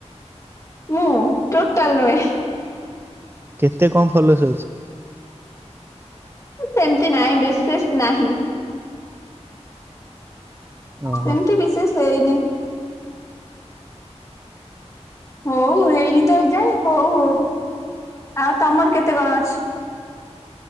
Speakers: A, on the left; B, on the right.
A: ମୁଁ ଟୋଟାଲ ନୁହେଁ।
B: କେତେ କଁ ଫଲୋସ୍ ଅଛି।
A: ସେମିତି ନାହିଁ ବିଶେଷ ନାହିଁ।
B: ଓହୋ
A: ସେମିତି ବିଶେଷ ହେଇନି। ହୋଉ ହେଇନି ତ ଏଯାଏଁ ହୋଉ ହୋଉ ଆଉ ତମର କେତେ କଣ ଅଛି?